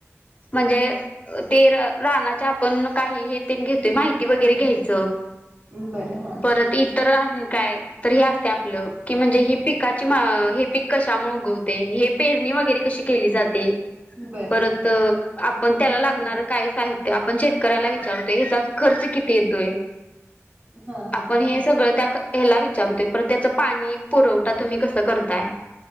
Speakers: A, on the left (about 30°); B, on the right (about 30°).
A: म्हणजे ते रानाच्या आपण काही हे ते घेतोय माहिती वगैरे घ्यायच
B: बरं हा
A: परत इतर आणी काय तर हे असते आप आप ल की म्हणजे ही पिकाची हे पी कशामुळे उगवते हे पेरणी वगैरे कशी केली जाते
B: बरं
A: परत
B: हा
A: आपण त्याला लागणार काही साहित्य आपण शेतकऱ्याला विचारतोय ह्याचा खर्च किती येतोय
B: हा हा
A: आपण
B: हा
A: हे सगळं त्या ह्याला विचारतोय पर त्याच पाणी पुरवठा तुम्ही कस करताय